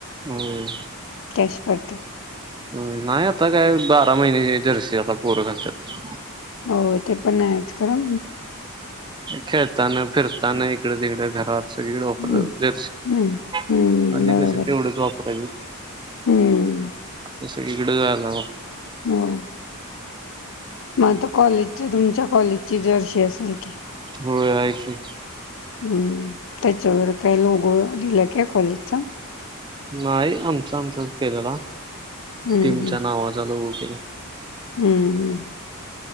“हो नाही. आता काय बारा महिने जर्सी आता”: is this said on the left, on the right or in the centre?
Right